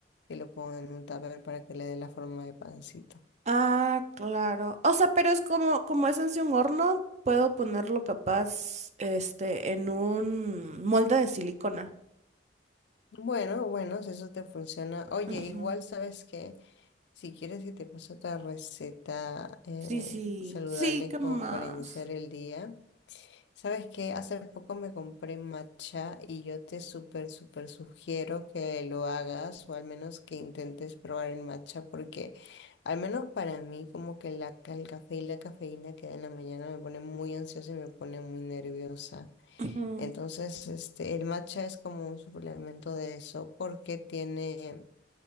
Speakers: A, on the left (about 65°); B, on the right (about 35°).
A: que lo ponga en un tupper para que le dé la forma de pancito.
B: Ah, claro. O sea, pero es como, como es en sí un horno, puedo ponerlo capaz, este, en un molde de silicona.
A: Bueno, bueno, si eso te funciona. Oye,
B: Ujú.
A: igual sabes que si quieres que te pase otra receta eh,
B: Sí, sí.
A: saludable
B: Sí, ¿qué
A: como
B: más?
A: para iniciar el día, sabes que hace poco me compré matcha y yo te súper, súper sugiero que lo hagas o al menos que intentes probar el matcha porque al menos para mí como que la, ca- el café y la cafeína que da en la mañana me pone muy ansiosa y me pone muy nerviosa.
B: Ujú,
A: Entonces, este, el matcha es como un suplemento de eso porque tiene,